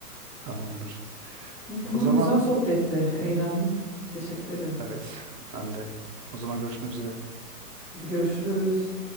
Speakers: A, on the right (about 80°); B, in the centre.
A: Tamamdır.
B: İyi tamam
A: O zaman
B: güzel sohbetti. Eğlendim. Teşekkür ederim.
A: evet ben de. O zaman görüşmek üzere.
B: Hadi görüşürüz.